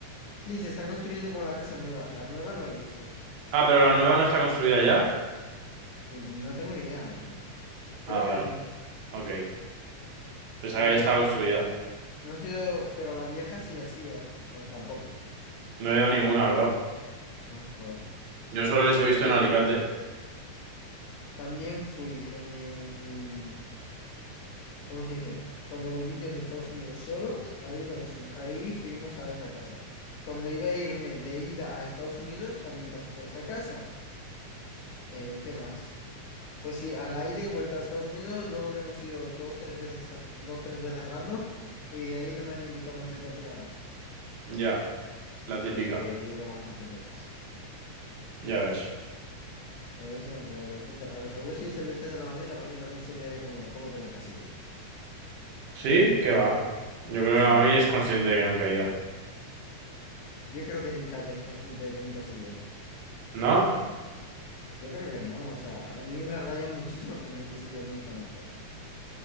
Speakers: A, on the left; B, on the right.
A: Sí, se están construyendo como la casa nueva. La nueva no la he visto.
B: Ah, pero la nueva no está construida ya.
A: Y no tengo ni idea, ¿eh?
B: Ah,
A: Creo
B: vale.
A: que no.
B: Ok. Pensaba
A: Pero
B: que
A: eso,
B: ya estaba construida.
A: no ha sido, pero la vieja sí la ha sido, ¿no? O tampoco.
B: No he ido a ninguna, bro.
A: Ah, joder.
B: Yo solo
A: Pues
B: les
A: eso,
B: he visto
A: yo
B: en Alicante.
A: también fui en el ¿Cómo se dice? Cuando volví yo de Estados Unidos solo, ahí, los, ahí fuimos a esa casa. Cuando iba a irme de ida a Estados Unidos, también pasé por esa casa. Eh, ¿qué más? Pues sí, a la ida y vuelta a Estados Unidos, luego habríamos ido dos, tres veces, r- dos, tres veces random, y de ahí no me han invitado más el papi y la mami,
B: Ya, la
A: pero
B: típica.
A: que he ido bastantes veces.
B: Ya ves.
A: Por eso que me parece tan raro. Seguro si se lo dices a la mami, la mami también se quedaría como, como que nunca ha sido.
B: ¿Sí?
A: Yo-
B: ¿Qué va? Yo creo
A: sí,
B: que la mami
A: yo
B: es
A: creo
B: consciente
A: que sí.
B: de que nunca he ido.
A: Yo creo que ni Katia es consciente de que nunca ha sido.
B: ¿No?
A: Yo creo que no, o sea, a mí me raya muchísimo que no haya sido nunca, nunca.